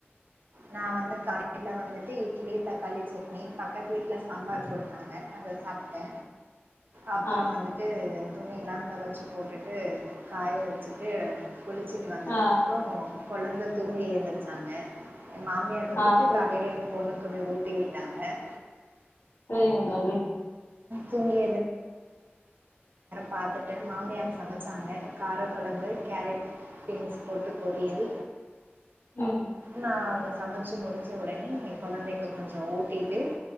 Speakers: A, on the right; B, on the left.
A: நா வந்து கா ல வந்துட்டு இட்லி தக் <unintelligible> நீீ பக்கத்து வீட்ல சாம்பார் கொடுத்தாங்க அத சாப்ட்டே அப்றோ
B: ஆ
A: வந்துட்டு துணியெல்லா தொவச்சு போட் விட்டுட்டு காய வச்சுட்டு குளிச்சிட்டு வந்ததுக்கப்றோ
B: ஆ
A: கொழந்த தூங்கி எந்துருச்சாங்க என் மாமியார் வந்துட்டு
B: ஆ சரி
A: காலைல என் பொண்ணுக் <unintelligible> ஊட்டி விட்டாங்க ஆ
B: எனக்கு வந்து
A: தூங்கி பாத்துட்டு மாமியார் சமைச்சாங்க கார கொழம்பு கேரட் பீன்ஸ் போட்டு பொரியல்
B: ம்
A: நா அவங்க சமச்சு முடு <unintelligible> கொழந்தைக்கி கொஞ்சோ ஊட்டிட்டு